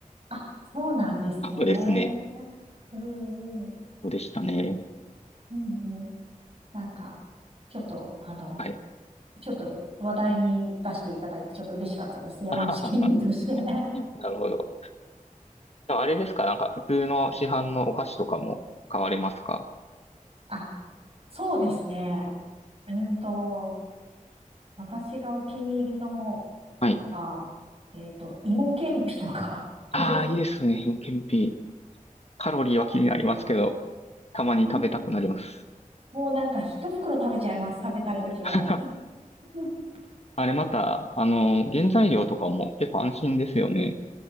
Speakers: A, on the right; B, on the left.
A: あ、そうなんですね。
B: あ、そうですね。
A: うんうん。
B: そうでしたね。
A: うんうん。なんか、ちょっと、あの、
B: はい。
A: ちょっと話題に出していただいて、ちょっと嬉しかったです。山梨県民として。
B: <laughs>
A: <laughs>
B: なるほど。でもあれですかなんか普通の市販のお菓子とかも買われますか
A: あ、そうですね。うーんと、私がお気に入りの
B: はい。
A: は、えっと、芋けんぴとか <laughs> 好きです。
B: ああ、いいですね。品検品。カロリーは気になりますけど、
A: <laughs>
B: たまに食べたくなります。
A: うんもうなんか一袋食べちゃいます。食べたいときは。
B: うん
A: <laughs>
B: あれまた、あの、原材料とかも結構安心ですよね。